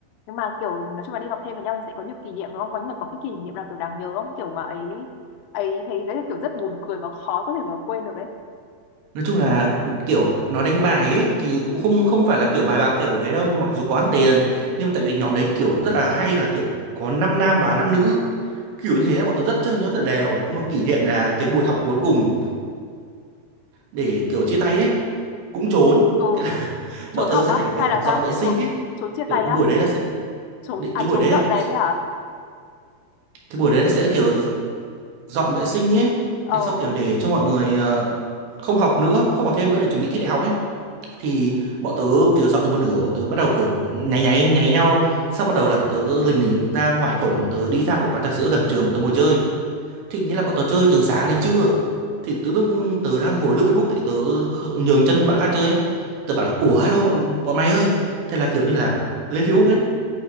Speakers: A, on the left; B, on the right.
A: nhưng mà kiểu nói chung là đi học thêm với nhau thì sẽ có nhiều kỷ niệm đúng không có nhưng mà có cái kỷ niệm nào kiểu đáng nhớ không kiểu mà ấy ấy thấy cái kiểu rất buồn cười và khó có thể mà quên được ấy
B: nói chung là kiểu nó đánh bài ấy thì cũng không không phải là kiểu bài bạc kiểu ấy đâu nhưng mà dù có ăn tiền nhưng mà tại vì nhóm đấy kiểu rất là hay là kiểu có năm nam và năm nữ kiểu như thế là bọn tôi rất chơi nó rất là đều có một kỷ niệm là cái buổi học cuối cùng để kiểu chia tay ấy cũng trốn
A: ừ
B: cái là <laughs>
A: trốn
B: bọn
A: học
B: tớ sẽ
A: á
B: phải kiểu
A: hay là
B: dọn
A: sao
B: vệ sinh
A: trốn
B: ấy
A: trốn chia
B: kiểu
A: tay
B: cái
A: á
B: buổi đấy là sẽ
A: trốn
B: định
A: à
B: cái buổi
A: trốn
B: đấy
A: dọn
B: là kiểu,
A: dẹp ấy hả
B: cái buổi đấy sẽ kiểu dọn vệ sinh ấy
A: ờ
B: thế sau kiểu để cho mọi người ờ, không học nữa không học thêm nữa để chuẩn bị thi đại học ấy thì bọn tớ kiểu dọn được một nửa bọn tớ bắt đầu kiểu nháy nháy nháy nhau sau bắt đầu là bọn tớ lình lình ra ngoài cổng bọn tớ đi ra của quán trà sữa gần trường bọn tớ ngồi chơi thì nghĩa là bọn tớ chơi từ sáng đến trưa thì tự dưng tớ đang ngồi lướt Facebook để tớ nhường chân cho bạn khác chơi ấy. tớ bảo là ủa alo bọn, bọn mày ơi thế là kiểu như là lên Facebook ấy